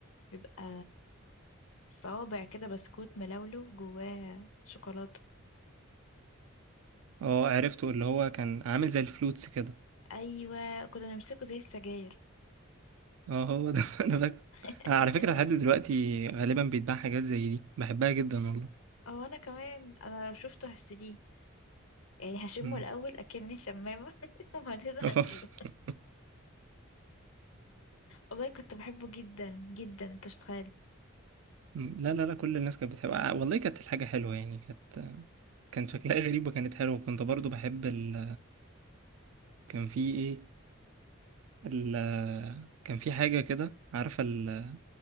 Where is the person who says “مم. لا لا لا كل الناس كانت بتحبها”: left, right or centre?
Right